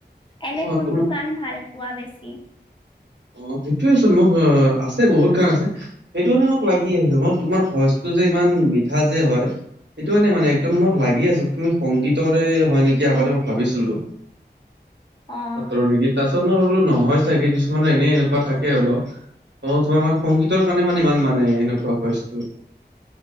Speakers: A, on the left (about 30°); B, on the right (about 80°).
A: এনে
B: অ',
A: কোনটো
B: তুম
A: গান ভাল পোৱা বেছি
B: অ সেইটোয়ে চোন মোক অ আছে বহুত গান আছে সেইটো মানে মোক লাগি আছে মই তোমাৰ ভইচটো যে ইমান মিঠা যে হয় সেইটোৱে নেমানে একদম মই ভাগি আছো তুমি সংগীতৰে হয় নেকি আগতে ভাবিছিলো <unintelligible>
A: অ'
B: ছাত্ৰ নেকি তাৰ পিছত মই ভাবো নহয় চাগে কি <unintelligible> কিছু মানে এনেই এনেকুৱা থাকে অলপ অ, তোমাৰ মা সংগীতৰ কাৰণে মানে ইমান মানে এনেকুৱা ভইচটো